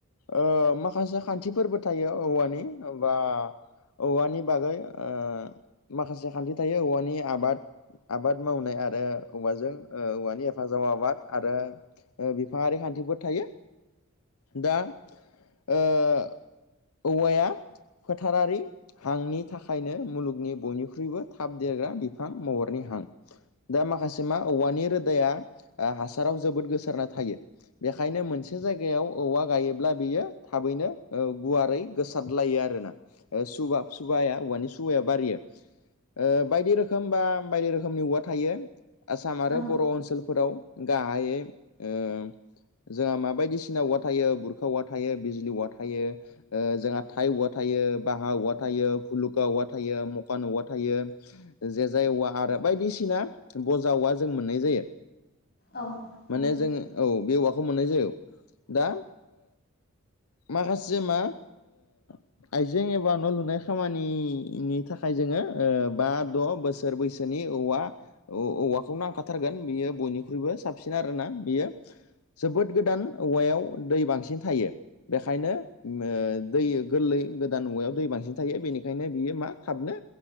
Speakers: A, on the left; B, on the left.
A: ओ माखासे खान्थिफोरबो थायो औवानि बा औवानि बागै ओ माखासे खान्थि थायो औवानि आबाद आबाद मावनाय आरो औवाजों ओ औवानि हेफाजाव आबाद आरो बिफाङारि खान्थिफोर थायो, दा ओ औवाया फोथारारि हांनि थाखायनो मुलुगनि बयनिख्रुइबो थाब देरग्रा बिफां महरनि हां दा माखासे मा औवानि रोदाया ओ हासाराव जोबोद गोसारना थायो। बेखायनो मोनसे जायगायाव औवा गायोब्ला बियो थाबैनो ओ गुवारै गोसारलायो आरोना सुब सुबाया औवानि सुबाया बारियो ओ बायदि रोखोम बा बायदि रोखोमनि औवा थायो आसाम आरो
B: नंगौ
A: बर' ओनसोलफोराव। गाहायै ओ जोंहा माबायदिसिना औवा थायो गुरखा औवा थायो बिजलि औवा थायो। ओ जोंहा थाइ औवा थायो, बाहा औवा थायो, भुलुखा औवा थायो, मखान औवा थायो। जेे जाय औवा आरो बायदिसिना बजा औवा जों मोननाय जायो।
B: औ नंगौ
A: माने जोङो औ बे औवाखौ मोननाय जायो। दा माखासे मा ओ आइजें एबा न' लुनाय खामानिनि थाखाय जोङो ओ बा द' बोसोर बैसोनि औवा औवाखौ नांखथारगोन बियो बयनिख्रुइबो साबसिन आरोना बियो जोबोद गोदान औवायाव दै बांसिन थायो। बेखायनो ओ दै गोरलै गोदान मुवायाव दै बांसिन थायो बेनिखायनो बियो मा थाबनो